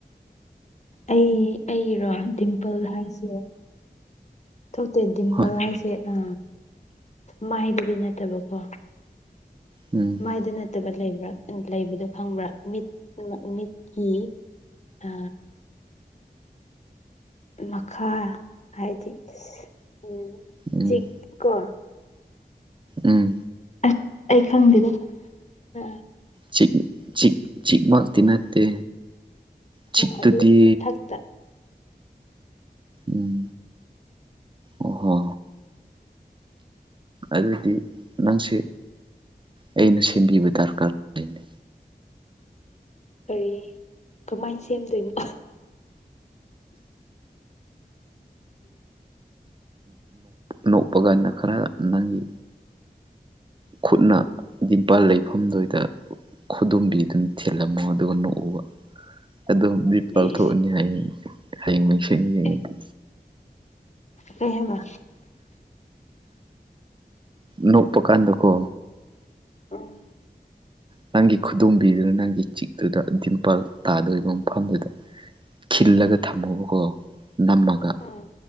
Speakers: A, on the left; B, on the right.
A: ꯑꯩ ꯑꯩꯔꯣ ꯗꯤꯝꯄꯜ ꯍꯥꯏꯁꯦ ꯊꯣꯛꯇꯦ ꯗꯤꯝꯄꯜ
B: ꯍꯣꯏ
A: ꯍꯥꯏꯁꯦ ꯑ ꯃꯥꯏꯗꯗꯤ ꯅꯠꯇꯕꯀꯣ
B: ꯎꯝ
A: ꯃꯥꯏꯗ ꯅꯠꯇꯕ ꯂꯩꯕ꯭ꯔꯥ ꯂꯩꯕꯗꯣ ꯈꯪꯕ꯭ꯔꯥ ꯃꯤꯠ ꯃꯤꯠꯀꯤ ꯑ ꯃꯈꯥ ꯍꯥꯏꯗꯤ ꯎꯝ
B: ꯎꯝ
A: ꯆꯤꯛ ꯀꯣ
B: ꯎꯝ
A: ꯑꯁ ꯑꯩ ꯈꯪꯗꯦꯗ ꯑ
B: ꯆꯤꯛ ꯆꯤꯛ ꯃꯛꯇꯤ ꯅꯠꯇꯦ ꯆꯤꯛ
A: ꯑꯗꯨ
B: ꯇꯨꯗꯤ
A: ꯃꯊꯛꯇ
B: ꯎꯝ ꯑꯣꯍꯣ ꯑꯗꯨꯗꯤ ꯅꯪꯁꯦ ꯑꯩꯅ ꯁꯦꯝꯕꯤꯕ ꯗꯔꯀꯥꯔ ꯎ
A: ꯀꯔꯤ ꯀꯃꯥꯏꯅ ꯁꯦꯝꯗꯣꯏꯅꯣ
B: ꯅꯣꯛꯄ ꯀꯥꯟꯗ ꯈꯔ ꯅꯪꯒꯤ ꯈꯨꯠꯅ ꯗꯤꯝꯄꯥꯜ ꯂꯩꯐꯝꯗꯨꯏꯗ ꯈꯨꯗꯣꯝꯕꯤꯗꯨꯅꯥ ꯊꯤꯜꯂꯝꯃꯣ ꯑꯗꯨꯒ ꯅꯣꯛꯑꯣꯕ ꯑꯗꯨꯝ ꯄꯥꯜꯊꯣꯛꯑꯅꯤ
A: ꯑꯦꯁ
B: ꯍꯌꯦꯡ ꯍꯌꯦꯡ ꯃꯩꯁꯦꯡ ꯌꯦꯡꯉꯗꯤ
A: ꯑꯦ ꯀꯩ ꯍꯥꯏꯕ
B: ꯅꯣꯛꯄ ꯀꯥꯟꯗ ꯀꯣ
A: ꯎꯝ
B: ꯅꯪꯒꯤ ꯈꯨꯗꯣꯝꯕꯤꯗꯨꯅ ꯅꯪꯒꯤ ꯆꯤꯛꯇꯨꯗ ꯗꯤꯝꯄꯜ ꯇꯥꯗꯣꯏꯔꯤꯕ ꯃꯐꯝꯗꯨꯗ ꯈꯤꯜꯂꯒ ꯊꯝꯃꯣꯕꯀꯣ ꯅꯝꯃꯒ
A: ꯑꯥ